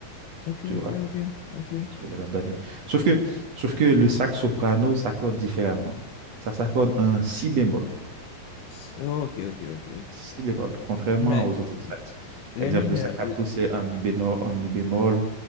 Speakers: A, on the left; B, on the right.
A: ok,
B: tu vois.
A: ok, ok, ok,
B: Toujours les mêmes doigtés. Sauf que, sauf que le sax soprano s'accorde différemment. Ça s'accorde en si bémol.
A: S- ok, ok, ok, ok.
B: Si bémol, contrairement
A: Mais
B: aux autres saxes.
A: les
B: Par exemple,
A: mineurs,
B: le sax alto,
A: l-
B: c'est un mi bémol, un mi bémol,